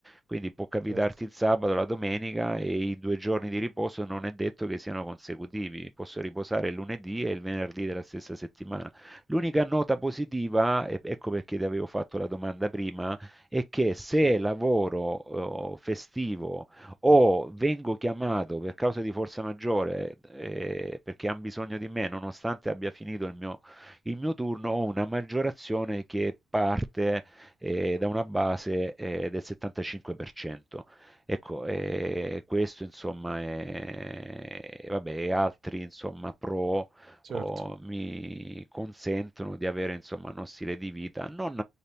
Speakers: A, in the centre; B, on the right.
A: Quindi può capitarti
B: certo,
A: il sabato, la domenica e i due giorni di riposo non è detto che siano consecutivi, posso riposare il lunedì e il venerdì della stessa settimana. L'unica nota positiva, e ecco perché ti avevo fatto la domanda prima, è che se
B: sì,
A: lavoro eh, festivo o vengo chiamato per causa di forza maggiore eh, perché hanno bisogno di me, nonostante abbia finito il mio, il mio turno, ho una maggiorazione che parte eh, da una base eh, del 75%. Ecco, eh, questo insomma è, vabbè, e altri insomma pro
B: certo,
A: o mi consentono di avere insomma uno stile di vita. Non,